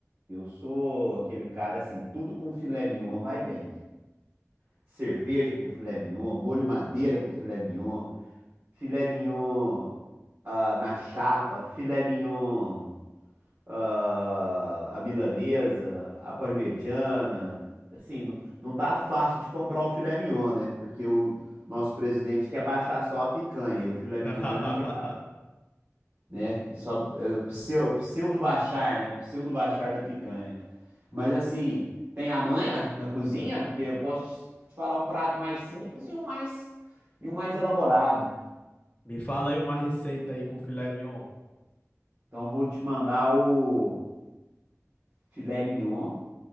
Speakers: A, on the right; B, on the left.
A: Eu sou aquele cara assim, tudo com filé mignon vai bem. Cerveja com filé mignon, molho madeira com filé mignon, filé mignon ah, na chapa, filé mignon ah, a milanesa, a parmegiana. Assim, não, não tá fácil de comprar o filé mignon, né? Porque o nosso presidente quer baixar só a picanha e o filé mignon
B: <laughs>
A: ele não quer, né? Só, é, o pseu- o pseudo baixar, né? O pseudo baixar da picanha. Mas assim, tem a manha na cozinha, que eu posso te te falar um prato mais simples e um mais e um mais elaborado.
B: Me fala aí uma receita aí com filé mignon.
A: Então vou te mandar o filé mignon,